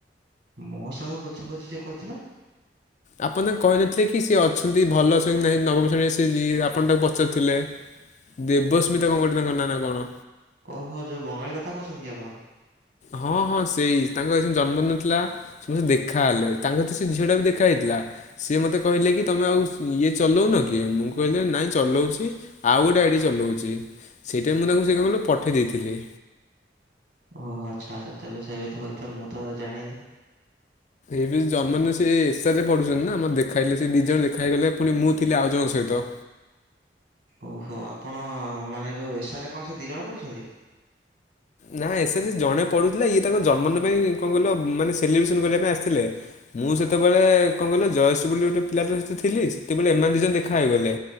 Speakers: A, on the right; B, on the left.
A: ମୋ ସାଙ୍ଗ ବୁଝାବୁଝି ଯିଏ କରୁଥିଲା।
B: ଆପଣ ତାଙ୍କୁ କହିନଥିଲେ କି ସିଏ ଅଛନ୍ତି ଭଲ ଅଛନ୍ତି କି ନାହିଁ ନବମ ଶ୍ରେଣୀରେ ସେ ଯିଏ ଆପଣ ତାକୁ ପଚାରୁଥିଲେ। ଦେବସ୍ମିତା କଣ ଗୋଟେ ତାଙ୍କ ନାଁ ନା କଣ?
A: ଓହୋ ଯୋଉ ବଙ୍ଗାଳୀ କଥା କହୁଛନ୍ତି କି ଆପଣ?
B: ହଁ ହଁ ସେଇ ତାଙ୍କର ସେଇ ଦିନ ଜନ୍ମଦିନ ଥିଲା। ସେ ମତେ ଦେଖା ହେଲେ ତାଙ୍କ ସହିତ ସେ ଝିଅଟା ବି ଦେଖା ହେଇଥିଲା। ସିଏ ମୋତେ କହିଲେ କି ତମେ ଆଉ ଇଏ ଚଲଉନ କି? ମୁଁ କହିଲି ନାଇଁ ଚଲଉଚି। ଆଉ ଗୋଟେ ଗାଡି ଚଲଉଚି। ସେଇଟା ମୁଁ ତାଙ୍କୁ ସେ କଣ କହିଲ ପଠେଇ ଦେଇଥିଲି।
A: ଓହୋ ଆଚ୍ଛା ଆଚ୍ଛା। ତେବେ ସେ ହୋଇଥିବ ହୋଇଥିବ ମୁଁ ତ ଜାଣିନି।
B: ଏବେ ଜନ୍ମଦିନ ସେ ଏସ୍ ଆର୍ ରେ ପଢୁଛନ୍ତି ନା ଆମର ଦେଖା ହେଲେ ସେ ଦି ଜଣ ଦେଖା ହେଇଗଲେ ପୁଣି ମୁଁ ଥିଲି ଆଉ ଜଣଙ୍କ ସହିତ।
A: ଓହୋ ଆପଣ ମାନେ ଯୋଉ ଏସ୍ ଆର୍ ରେ କଣ ସେ ଦି ଜଣ ପଢୁଛନ୍ତି?
B: ନା ଏସେ ସେସ୍ ଜଣେ ପଢୁଥିଲେ ଇଏ ତାଙ୍କ ଜନ୍ମଦିନ ପାଇଁ କଣ କହିଲ ମାନେ ସେଲିବ୍ରେସନ କରିବା ପାଇଁ ଆସିଥିଲେ। ମୁଁ ସେତେବେଳେ କଣ କହିଲ ଜୟଶ୍ ବୋଲି ଗୋଟେ ପିଲାଟା ସହିତ ଥିଲି ସେତବେଳେ ଏମାନେ ଦି ଜଣ ଦେଖା ହେଇଗଲେ।